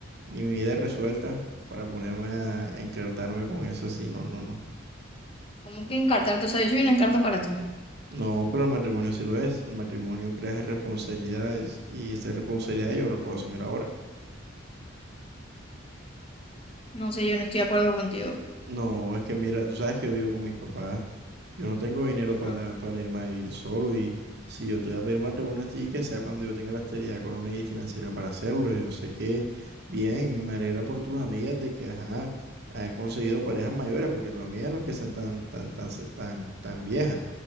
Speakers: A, on the right; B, on the left.
A: ni mi vida es resuelta para ponerme a encartarme con eso así, no, no, no.
B: Como que encartarte, o sea, yo soy una encarta para ti.
A: No, pero el matrimonio sí lo es. El matrimonio crea responsabilidades y esa responsabilidad yo no la puedo asumir ahora.
B: No sé, yo no estoy de acuerdo contigo.
A: No, es que mira, tú sabes que yo vivo con mis papás. Yo no tengo dinero
B: Ajá.
A: para, para irme a vivir solo y si yo te voy a pedir matrimonio a ti, que sea cuando yo tenga la estabilidad económica y financiera para hacerlo. Yo sé que bien, me alegra por tus amigas de que, ajá, han conseguido parejas mayores, porque tus amigas no es que sean tan, tan, tan, se- tan, tan viejas.